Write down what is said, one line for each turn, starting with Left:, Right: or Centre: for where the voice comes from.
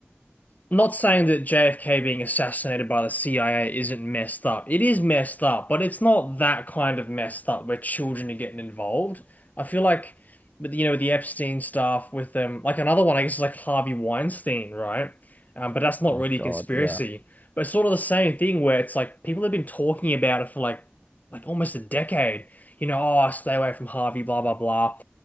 Left: Not saying that JFK being assassinated by the CIA isn't messed up. It is messed up, but it's not that kind of messed up where children are getting involved. I feel like, with you know, with the Epstein stuff, with them, like another one, I guess, is like Harvey Weinstein, right? Um, but that's not
Centre: Oh
Left: really
Centre: God.
Left: a conspiracy.
Centre: Yeah.
Left: But it's sort of the same thing where it's like people have been talking about it for like, like almost a decade. You know, oh, stay away from Harvey, blah blah blah,